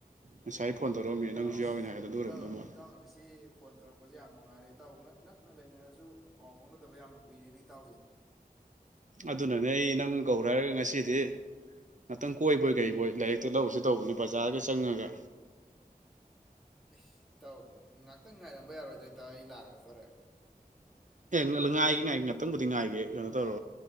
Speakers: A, on the right; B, in the centre.
A: ꯉꯁꯥꯏ ꯐꯣꯟ ꯇꯧꯔꯛꯑꯝꯃꯤ
B: ꯑꯣ ꯏꯇꯥꯎ
A: ꯅꯪꯁꯨ
B: ꯑꯁ
A: ꯌꯥꯎꯋꯦꯅ ꯍꯥꯏ ꯑꯗꯨ
B: ꯏꯇꯥꯎ
A: ꯑꯣꯏꯔꯝꯗꯧ ꯃꯥꯜꯂꯦ
B: ꯏꯇꯥꯎꯅ ꯉꯁꯤ ꯐꯣꯟ ꯇꯧꯔꯛꯄꯁꯦ ꯌꯥꯝ ꯅꯨꯡꯉꯥꯏꯔꯦ ꯏꯇꯥꯎꯕꯅ ꯅꯛꯅ ꯂꯩꯅꯔꯁꯖꯨ ꯄꯥꯎ ꯐꯥꯎꯅꯗꯕ ꯌꯥꯝꯅ ꯀꯨꯏꯔꯦꯅꯦ ꯏꯇꯥꯎꯖꯦ
A: ꯑꯗꯨꯅꯅꯦ ꯑꯩ ꯅꯪ ꯀꯧꯔꯦ ꯍꯥꯏꯔꯒ ꯉꯁꯤꯗꯤ ꯉꯍꯥꯛꯇꯪ ꯀꯣꯏꯕꯣꯏ ꯀꯩꯕꯣꯏ ꯂꯥꯏꯔꯤꯛꯇꯣ ꯂꯧꯔꯨꯁꯤ ꯇꯧꯕꯅꯦ ꯕꯖꯥꯔ ꯆꯪꯉꯒ
B: ꯑꯩꯁ ꯏꯇꯥꯎ ꯉꯥꯛꯇꯪ ꯉꯥꯏꯔꯝꯕ ꯌꯥꯔꯣꯏꯗꯔ ꯏꯇꯥꯎ ꯑꯩ ꯂꯥꯛꯑꯗꯣꯔꯦ
A: ꯑꯦ ꯉꯥꯏꯒꯦ ꯉꯥꯏꯒꯦ ꯉꯥꯛꯇꯪꯕꯨꯗꯤ ꯉꯥꯏꯒꯦ ꯀꯩꯅꯣ ꯇꯧꯔꯣ